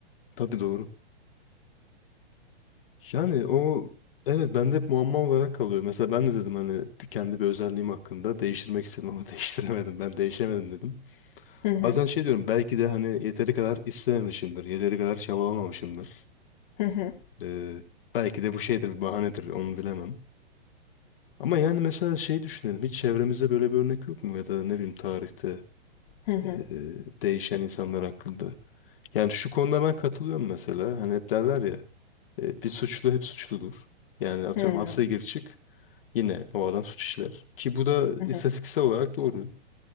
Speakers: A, on the left; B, on the left.
A: Tabii doğru. Yani o evet bende hep muamma olarak kalıyor. Mesela ben de dedim hani bir- kendi bir özelliğim hakkında değiştirmek istedim ama <laughs> değiştiremedim. Ben değişemedim dedim.
B: Hı hı.
A: Bazen şey diyorum belki de hani yeteri kadar istememişimdir. Yeteri kadar çabalamamışımdır.
B: Hı hı.
A: Ee, belki de bu şeydir bir bahanedir onu bilemem. Ama yani mesela şey düşünelim hiç çevremizde böyle bir örnek yok mu? Ya da ne bileyim tarihte
B: Hı hı.
A: e, değişen insanlar hakkında. Yani şu konuda ben katılıyorum mesela. Hani hep derler ya E, bir suçlu hep suçludur. Yani atıyorum
B: Hıı.
A: hapse gir çık yine o adam suç işler. Ki bu da
B: Hı hı.
A: istatistiksel olarak doğru.